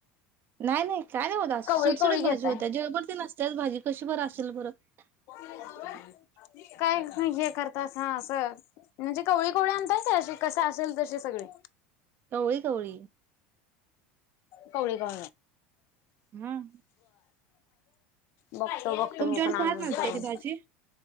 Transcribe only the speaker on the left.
कवळी
कवळी घेताय.
हो
काय हे करतास हां असं म्हणजे कवळी कवळी आणताय अशी कस असेल तसे सगळे
कोौळी का
बघतो बघतो
मी पण आनून
करन